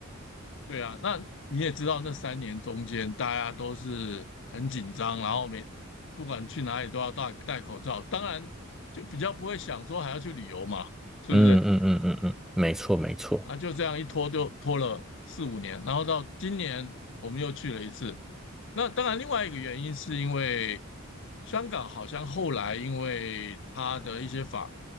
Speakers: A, on the left; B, in the centre.
A: 对啊，那你也知道，那三年中间大家都是很紧张，然后每不管去哪里都要戴戴口罩。当然，就比较不会想说还要去旅游嘛，是不是？
B: 嗯嗯嗯嗯嗯，嗯没错没错。
A: 啊，就这样一拖就拖了四五年，然后到今年我们又去了一次。那当然，另外一个原因是因为香港好像后来因为它的一些法